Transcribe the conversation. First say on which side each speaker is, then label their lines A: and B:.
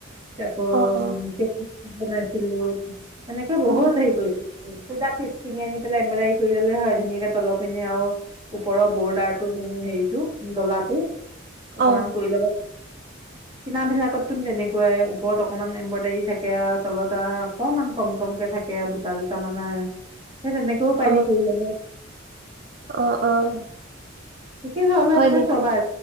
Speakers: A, on the right; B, on the right.
A: তাক উ
B: অঁ অঁ
A: তাত নাইছিলো। এনেকে বহুত
B: উম
A: হেৰি কৰিছো। চদাৰ পিচ কিনি আনি পেলাই এম্ব্ৰইডাৰী কৰি ললে হয় ধুনীয়াকে তল পিনে আৰু ওপৰৰ বৰ্ডাৰটো মানে হেৰিটো গলাটো। অকমান
B: অঁ
A: কৰি ল'ব কিনা বিলাকত তোন তেনেকুৱাই ওপৰত অকমান এম্ব্ৰইডাৰী থাকে আৰু তলত অকনমান কম কমকে থাকে বুটা তামানাই স তেনেকেও পাইজি
B: অঁ
A: কৰিলে ন
B: অঁ অঁ
A: শিকি লোৱা হলে
B: হয়
A: আপোনাৰ
B: নেকি
A: চবা